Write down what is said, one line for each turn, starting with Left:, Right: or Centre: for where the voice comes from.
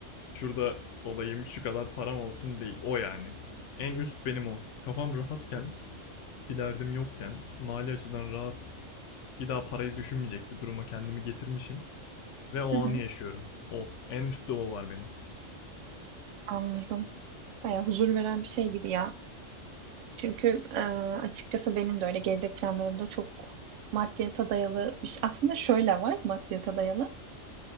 Left: Şurada olayım şu kadar param olsun değil. O yani. En üst benim o. Kafam rahatken bir derdim yokken mali açıdan rahat bir daha parayı düşünmeyecek bir duruma kendimi getirmişim ve o
Right: Hı
Left: anı
Right: hı.
Left: yaşıyorum. O. En üstte o var benim.
Right: Anladım. Baya huzur veren bir şey gibi ya. Çünkü e, açıkçası benim de öyle gelecek planlarımda çok maddiyata dayalı bir şey. Aslında şöyle var maddiyata dayalı.